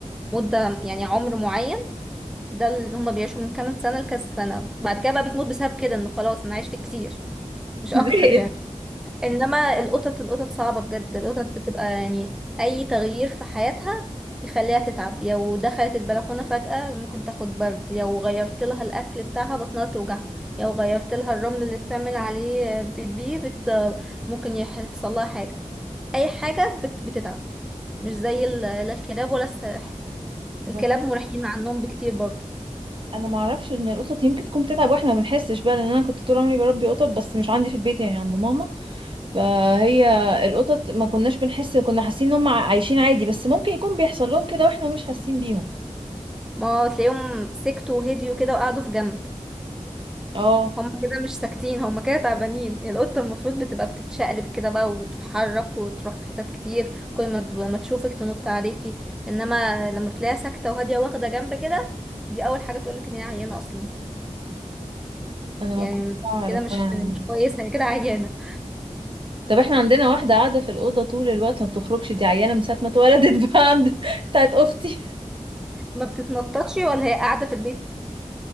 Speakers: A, in the centre; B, on the right.
A: مدة يعني عمر معين ده اللي هما بيعيشوا من كام سنة لكذا سنة بعد كده بقى بتموت بسبب كده انه خلاص انا عشت كتير مش
B: <laughs> زهقت
A: اكتر يعني انما القطط القطط صعبة بجد القطط بتبقى يعني اي تغيير في حياتها يخليها تتعب لو دخلت البلكونة فجأة ممكن تاخد برد لو غيرت لها الاكل بتاعها بطنها توجع لو غيرت لها الرمل اللي بتعمل عليه بيبي بت... ممكن يحصل لها حاجة اي حاجة بت... بتتعب مش زي ال... لا الكلاب ولا السلاحف
B: بس
A: الكلاب مريحين عنهم بكتير برضو
B: انا ما اعرفش ان القطط يمكن تكون بتتعب واحنا ما بنحسش بقى لان انا كنت طول عمري بربي قطط بس مش عندي في البيت يعني عند ماما فهي القطط ما كناش بنحس كنا حاسين ان هم عايشين عادي بس ممكن يكون بيحصل لهم كده واحنا مش حاسين بيهم
A: ما تلاقيهم سكتوا وهديوا كده وقعدوا في جنب
B: اه
A: هم كده مش ساكتين هم كده تعبانين القطة المفروض بتبقى بتتشقلب كده بقى وتتحرك وتروح في حتت كتير كل ما ما تشوفك تنط عليكي انما لما بتلاقيها ساكتة وهادية واخدة جنب كده دي اول حاجة تقولك ان هي عيانة اصلا
B: انا ما
A: يعني
B: كنتش اعرف
A: كده مش
B: يعني
A: مش كويسة هي كده عيانة
B: طب احنا عندنا واحدة قاعدة في الأوضة طول الوقت ما بتخرجش دي عيانة من ساعة ما اتولدت <laughs> بقى عند بتاعت أختي
A: ما بتتنططش ولا هي قاعدة في البيت